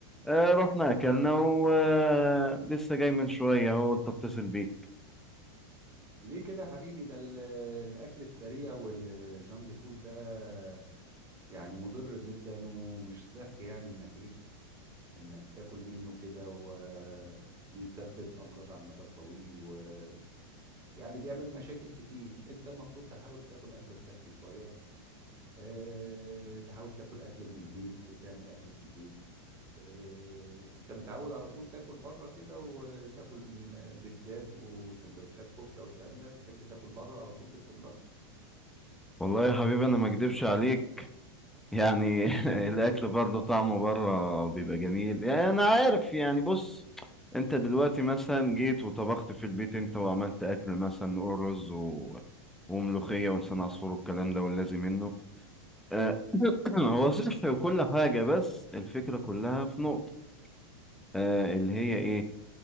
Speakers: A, in the centre; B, on the right.
A: آه، رحنا اكلنا ولسه جاي من شويه هو قلت اتصل بيك
B: ليه كده حبيبي ده ال- الاكل السريع والجانك فود ده يعني مضر جدا ومش صحي يعني انك ايه انك تاكل منه كده وبيسبب امراض على المدى الطويل ويعني بيعمل مشاكل كتير انت المفروض تحاول تاكل اكل صحي شويه آه، تحاول تاكل اكل من البيت تعمل اكل في البيت آه، انت متعود على طول تاكل بره كده وتاكل من البيتزات وسندوتشات كفته والكلام ده تحب تاكل بره على طول باستمرار
A: والله يا حبيبي انا ما اكدبش عليك يعني <laughs> الاكل برضه طعمه بره بيبقى جميل يعني انا عارف يعني بص انت دلوقتي مثلا جيت وطبخت في البيت انت وعملت اكل مثلا نقول رز و... وملوخيه ولسان عصفور والكلام ده واللازم منه آه، <clears throat> هو صحي وكل حاجه بس الفكره كلها في نقطه آه، اللي هي ايه